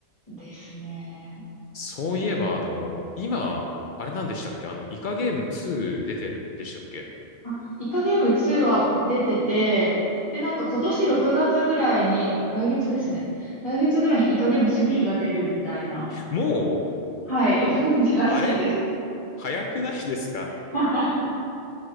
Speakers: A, on the left (about 30°); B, on the left (about 65°).
A: ですね。
B: そういえば、
A: うん、
B: あの、今、あれなんでしたっけあの、イカゲーム2出てるんでしたっけ
A: あ、イカゲーム2は出てて、で、なんか今年6月ぐらいに、来月ですね。来月ぐらいにイカゲーム3が出るみたいな、
B: もう、
A: はい、感じらしいです。
B: あれ早くないですか
A: <laughs>